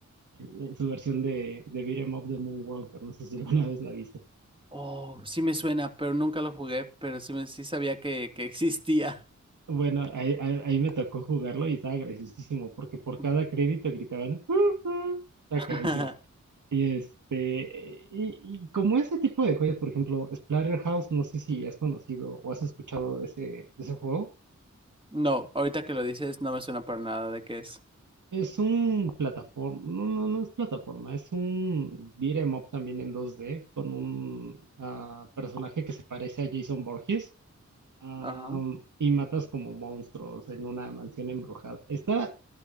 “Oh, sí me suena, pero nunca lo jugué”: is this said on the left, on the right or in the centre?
Right